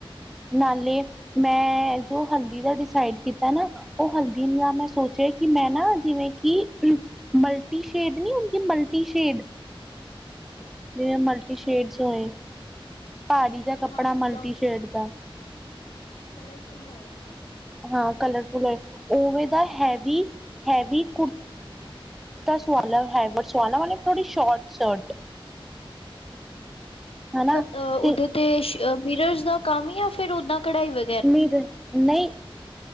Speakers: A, in the centre; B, on the left (about 80°).
A: ਨਾਲੇ ਮੈਂ ਜੋ ਹਲਦੀ ਦਾ ਡਿਸਾਈਡ ਕੀਤਾ ਨਾ ਉਹ ਹਲਦੀ ਲਈ ਮੈਂ ਸੋਚਿਆ ਕਿ ਮੈਂ ਨਾ ਜਿਵੇਂ ਕਿ ਮਲਟੀ ਸ਼ੇਡ ਨਹੀਂੀ ਹੁੰਦੀ ਮਲਟੀ ਸ਼ੇਡ ਜਿਵੇਂ ਮਲਟੀ ਸ਼ੇਡ ਹੋਏ ਭਾਰੀ ਜਿਆ ਕੱਪੜਾ
B: ਹਾਂ ਪੂਰਾ
A: ਮਲਟੀ
B: ਮਤਲਬ
A: ਸ਼ੇਡ ਦਾ
B: ਕਲਰਫੁਲ ਹੋਏ ਨਾ
A: ਹਾਂ ਕਲਰਫੁਲ ਹੋਏ ਓਵੇ ਦਾ ਹੈਵੀ ਹੈਵੀ ਕੁ <unintelligible> ਸਵਾ ਲਾ ਵਾਲੇ ਥੋੜੀ ਸ਼ੋਰਟ ਸ਼ਰਟ ਹਨਾ
B: ਮਤਲਬ
A: ਤੇ
B: ਅ ਦੇ ਤੇ ਮਿਰਰ ਦਾ ਕੰਮ ਜਾਂ ਫਿਰ ਓਦਾਂ ਕਢਾਈ ਵ
A: <unintelligible> ਨਹੀਂ